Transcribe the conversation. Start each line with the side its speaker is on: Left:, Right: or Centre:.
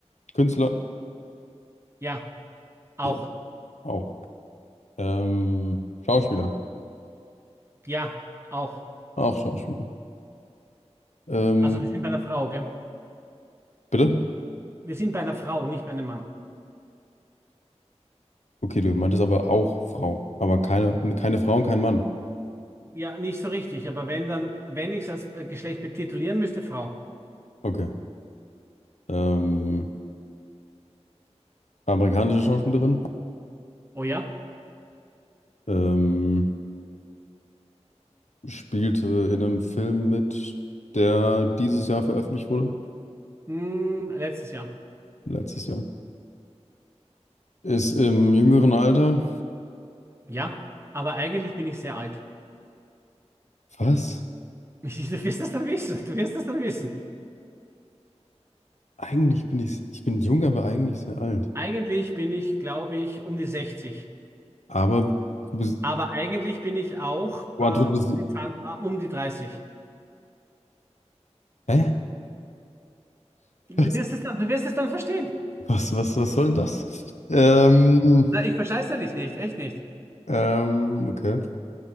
Left: Künstler,
Right: Ja, auch.
Left: ja, auch. Ähm, Schauspieler,
Right: Ja, auch.
Left: auch Schauspieler. Ähm,
Right: Also wir sind bei einer Frau, gell?
Left: bitte?
Right: Wir sind bei einer Frau, nicht bei einem Mann.
Left: Okay, du meintest aber auch Frau, aber keine, keine Frau und kein Mann.
Right: Ja, nicht so richtig, aber wenn dann, wenn ich es als äh, Geschlecht betitulieren müsste, Frau.
Left: Okay. Ähm, amerikanische Schauspielerin?
Right: Oh ja?
Left: Ähm, spielte in einem Film mit, der dieses Jahr veröffentlicht wurde.
Right: Hm, letztes Jahr.
Left: Letztes Jahr. Ist im jüngeren Alter.
Right: Ja, aber eigentlich bin ich sehr alt.
Left: Was?
Right: <laughs> Du wirst das dann wissen. Du wirst das dann wissen.
Left: Eigentlich bin ich, ich bin jung, aber eigentlich sehr alt.
Right: Eigentlich bin ich, glaube ich, um die 60.
Left: Aber du bist,
Right: Aber eigentlich bin ich auch
Left: Quattro,
Right: äh,
Left: du bist,
Right: um die 20, äh, um die 30.
Left: hä?
Right: Du
Left: Was,
Right: wirst es dann, du wirst es dann verstehen.
Left: was, was, was soll denn das? Ähm,
Right: Na, ich verscheiße dich nicht, echt nicht.
Left: ähm, okay,